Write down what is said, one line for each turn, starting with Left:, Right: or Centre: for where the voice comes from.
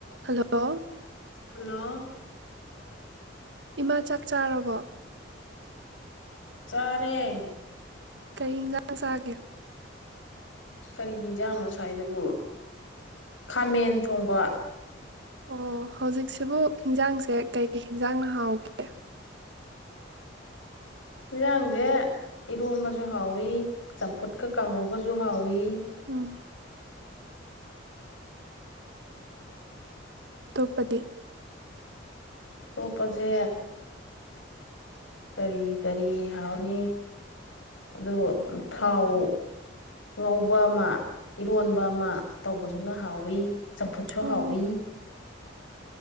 Right: Hello
Left: hello
Right: ꯏꯃꯥ ꯆꯥꯛ ꯆꯥꯔꯕꯣ
Left: ꯆꯔꯦ
Right: ꯀꯔꯤ ꯍꯤꯟꯖꯥꯡ ꯆꯥꯒꯦ
Left: ꯀꯔꯤ ꯍꯤꯟꯖꯥꯡꯅꯣ ꯉꯥꯁꯥꯏꯗꯨꯕꯨ ꯈꯥꯃꯦꯟ ꯊꯣꯡꯕ꯫
Right: ꯑꯣ ꯍꯧꯖꯤꯛꯁꯤ ꯁꯤꯕꯨ ꯍꯤꯟꯖꯥꯡꯁꯦ ꯀꯩ ꯏꯟꯖꯥꯡ ꯅ ꯍꯥꯎꯒꯦ
Left: ꯌꯦꯟꯖꯥꯡꯁꯦ ꯏꯔꯣꯟꯕꯁꯨ ꯍꯥꯎꯋꯤ ꯆꯝꯐꯨꯠꯀ ꯀꯥꯡꯍꯧꯒꯁꯨ ꯍꯥꯎꯋꯤ
Right: ꯎꯝ ꯇꯣꯞꯄꯗꯤ
Left: ꯇꯣꯞꯄꯁꯦ ꯀꯔꯤ ꯀꯔꯤ ꯍꯥꯎꯅꯤ ꯑꯗꯨ ꯊꯥꯎ ꯉꯧꯕ ꯑꯃ ꯏꯔꯣꯟꯕ ꯑꯃ ꯇꯧꯕꯁꯨꯅ ꯍꯥꯎꯋꯤ ꯆꯝꯐꯨꯠꯁꯨ
Right: ꯑꯣ
Left: ꯍꯥꯎꯏꯤ